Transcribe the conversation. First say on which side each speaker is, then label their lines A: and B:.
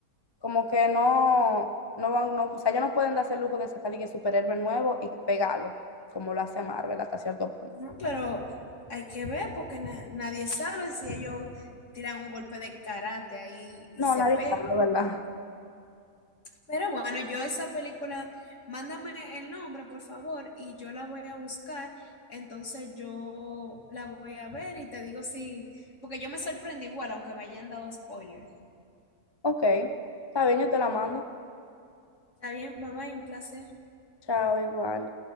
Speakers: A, on the left; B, on the left.
A: como que no, no van, no, o sea, ya no pueden darse el lujo de sacar y que superhéroe nuevo y pegarlo, como lo hace Marvel hasta cierto punto.
B: No, pero hay que ver porque na- nadie sabe si ellos tiran un golpe de karate ahí y
A: No,
B: se
A: nadie
B: pegan
A: sabe, ¿verdad?
B: Pero bueno, yo esa película, mándame el nombre, por favor, y yo la voy a buscar. Entonces yo la voy a ver y te digo si, porque yo me sorprendí igual, aunque me hayan dado spoilers.
A: Ok, está bien, yo te la mando.
B: Está bien, bye bye, un placer.
A: Chao, igual.